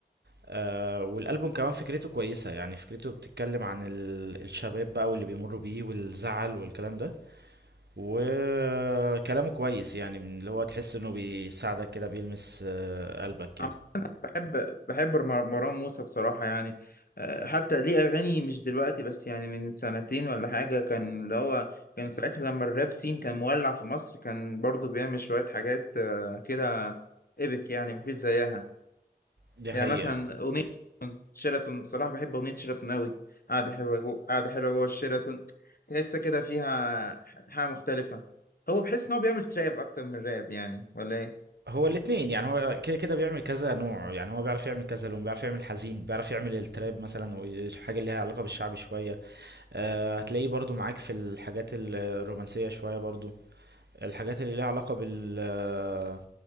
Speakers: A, on the right; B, on the left.
A: آه والالبوم كمان فكرته كويسه يعني فكرته بتتكلم عن ال- الشباب بقى واللي بيمروا بيه والزعل والكلام ده وكلامه كويس يعني من اللي هو تحس انه بيساعدك كده بيلمس آه، قلبك كده
B: عم بحب بحب مر- مروان موسى بصراحه يعني آه، حتى ليه اغاني مش دلوقتي بس يعني من سنتين ولا حاجه كان اللي هو كان ساعتها لما الراب سين كان مولع في مصر كان برضه بيعمل شويه حاجات آه، كده ايبك يعني مفيش زيها
A: دي
B: يعني
A: حقيقة
B: مثلا أغنية شيراتون بصراحة بحب أغنية شيراتون أوي قاعدة حلوة جو قاعدة حلوة جوه الشيراتون تحس كده فيها حاجة مختلفة هو بحس إن هو بيعمل تراب أكتر من راب يعني ولا إيه؟
A: هو الاتنين يعني هو كده كده بيعمل كذا نوع يعني هو بيعرف يعمل كذا لون بيعرف يعمل حزين بيعرف يعمل التراب مثلا وحاجة اللي ليها علاقة بالشعبي شوية أه هتلاقيه برضو معاك في الحاجات ال- الرومانسية شوية برضو الحاجات اللي ليها علاقة بال آه،